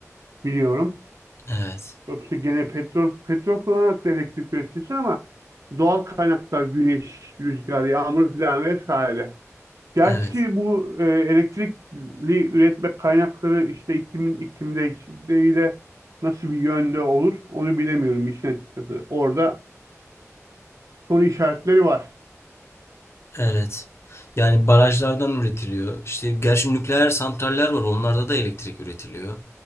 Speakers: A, on the right (about 90°); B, on the left (about 50°).
A: biliyorum.
B: evet,
A: Yoksa gene petrol petrol kullanarak da elektrik üretilse ama doğal kaynaklar güneş, rüzgar, yağmur filan vesaire. Gerçi
B: evet.
A: bu e, elektrikli üretme kaynakları işte iklimin iklim değişikliğiyle nasıl bir yönde olur onu bilemiyorum işin açıkçası. Orada soru işaretleri var.
B: Evet. Yani barajlardan üretiliyor. İşte gerçi nükleer santraller var. Onlarda da elektrik üretiliyor.